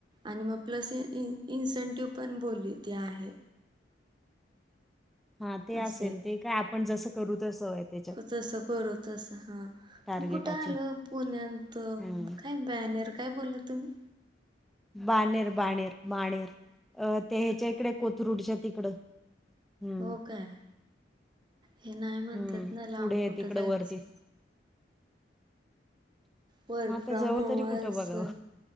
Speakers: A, on the right; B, in the centre.
A: आणि मग प्लस इ इन्सेंटिव पण बोलली ती आहे.
B: हा ते
A: असं
B: असेल ते काय आपण जसं करू तसं, त्याच्यात
A: तस करू तस हा
B: टार्गेट
A: पण कुठं
B: अचीव
A: आल पुण्यातंत
B: हं
A: काय- बॅनर काय बोलला तुम्ही?
B: बानेर बानेर बानेर अ ते ह्याच्या इकडे कोथरूडच्या तिकडं. हम्म
A: हो काय हे नाही म्हणतात
B: हम्म
A: ना लांब
B: पुढे
A: कुठं
B: तिकडे
A: जायचं
B: वरती.
A: वर्क
B: मग आता
A: फ्रॉम
B: जवळ
A: होम
B: तरी कुठं
A: असेल
B: बघाव